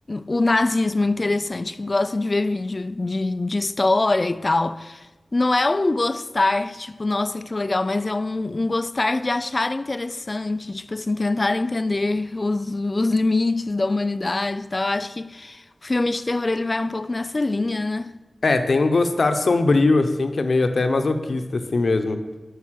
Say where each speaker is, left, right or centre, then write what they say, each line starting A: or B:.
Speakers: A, on the left (about 40°); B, on the left (about 70°).
A: o nazismo interessante, que gosta de ver vídeo de, de história e tal. Não é um gostar, tipo, nossa, que legal, mas é um, um gostar de achar interessante, tipo assim, tentar entender os, os limites da humanidade e tal. Eu acho que o filme de terror ele vai um pouco nessa linha, né?
B: É, tem um gostar sombrio, assim, que é meio até masoquista, assim mesmo.